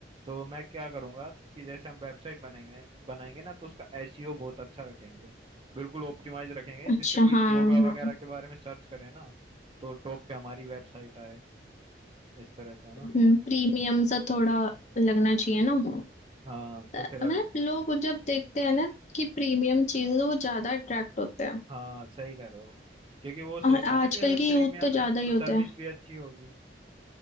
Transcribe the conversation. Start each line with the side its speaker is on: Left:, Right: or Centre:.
Right: तो मैं क्या करूंगा कि जैसे हम वेबसाइट बनाएंगे बनाएंगे ना तो उसका एसईओ बहुत अच्छा रखेंगे बिल्कुल ऑप्टिमाइज रखेंगे
Left: अच्छा
Right: जिससे कोई
Left: हाँ
Right: योगा
Left: हाँ
Right: वगैरह के बारे में सर्च करे ना तो टॉप पे हमारी वेबसाइट आए इस तरह से है ना
Left: प्रीमियम सा थोड़ा लगना चाहिए ना
Right: हाँ
Left: तो
Right: तो फिर अगर
Left: मतलब लोग जब देखते हैं ना कि प्रीमियम चीज वो ज्यादा अट्रैक्ट होते हैं
Right: हाँ सही कह रहे हो क्योंकि वो सोचते
Left: और
Right: हैं
Left: आजकल
Right: ना कि अगर
Left: की
Right: प्रीमियम
Left: यूथ तो
Right: है
Left: ज्यादा
Right: तो
Left: ही होते
Right: सर्विस
Left: हैं
Right: भी अच्छी होगी